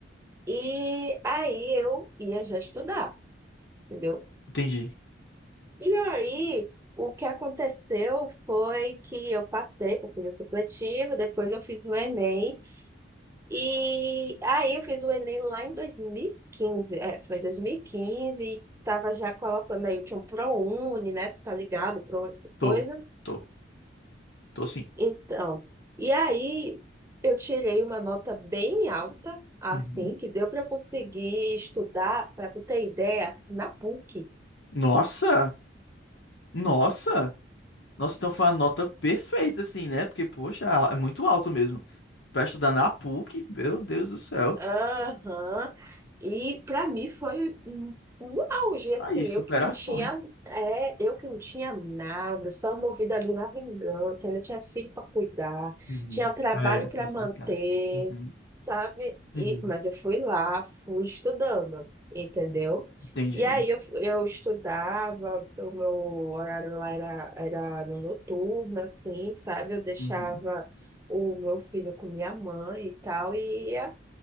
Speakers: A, on the right; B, on the left.
A: E aí eu ia já estudar, entendeu?
B: Entendi.
A: E aí, o que aconteceu foi que eu passei, consegui o supletivo, depois eu fiz o Enem, e aí eu fiz o Enem lá em 2015, é, foi 2015, e quinze, e tava já colocando aí, eu tinha um ProUni, né, tu tá ligado, ProUni, essas coisas.
B: Tô, tô, tô sim.
A: Então, e aí eu tirei uma nota bem alta, assim,
B: Uhum.
A: que deu para eu conseguir estudar, para tu ter ideia, na PUC.
B: Nossa, nossa. Nossa, então foi uma nota perfeita, assim, né? Porque, poxa, é muito alto mesmo. Pra estudar na PUC, meu Deus do céu.
A: Aham. E para mim foi um um auge, assim,
B: Tá Aí, superações.
A: eu que não tinha, é, eu que não tinha nada, só movida ali na vingança, ainda tinha filho para cuidar,
B: Uhum.
A: tinha trabalho
B: É, tem
A: para
B: esse
A: manter,
B: detalhe. Uhum,
A: sabe?
B: uhum.
A: E, mas eu fui lá, fui estudando, entendeu?
B: Entendi.
A: E aí eu, fu- eu estudava, o meu horário lá era, era no noturno, assim, sabe? Eu deixava
B: Uhum.
A: o meu filho com minha mãe e tal, e ia